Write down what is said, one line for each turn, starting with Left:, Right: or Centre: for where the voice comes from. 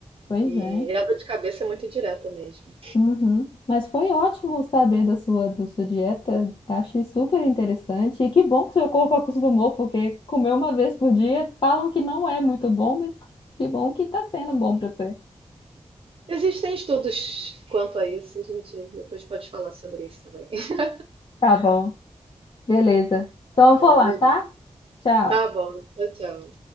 Left: Pois
Right: E
Left: é.
Right: é a dor de cabeça é muito indireta mesmo.
Left: Uhum. Mas foi ótimo saber da sua, da sua dieta. Achei super interessante. E que bom que seu corpo acostumou, porque comer uma vez por dia falam que não é muito bom, mas que bom que tá sendo bom pra você.
Right: Existem estudos quanto a isso, a gente depois pode falar sobre isso também. <laughs>
Left: Tá bom, beleza. Então
Right: Tá
Left: eu vou
Right: bom,
Left: lá,
Right: beleza.
Left: tá? Tchau.
Right: Tá bom, tchau, tchau.